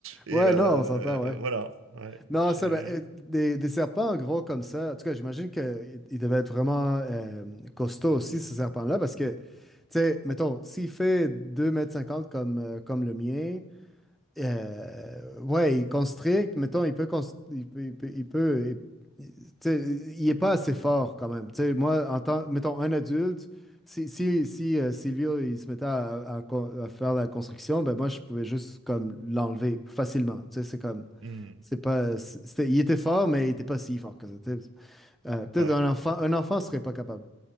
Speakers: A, on the right; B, in the centre.
A: Et
B: Ouais,
A: euh,
B: non, on s'entend, ouais.
A: voilà. Ouais.
B: Non,
A: Je-
B: ça, ben, euh, des, des serpents en gros comme ça, en tout cas, j'imagine qu'ils devaient être vraiment euh, costauds aussi, ces serpents-là, parce que, tu sais, mettons, s'il fait deux mètres cinquante comme, euh, comme le mien, euh, ouais, il constricte, mettons, il peut, const- il peut, il peut, il peut- il- tu sais, il est pas assez fort quand même. Tu sais, moi, en tant, mettons, un adulte, si, si, si euh, Silvio, il se mettait à, à con- à faire la construction, ben moi, je pouvais juste comme l'enlever facilement. Tu sais, c'est comme,
A: Hmm.
B: c'est pas, c'était- il était fort, mais il était pas si fort que ça. tu sais. Euh, peut-être
A: Ouais.
B: un enfant, un enfant serait pas capable.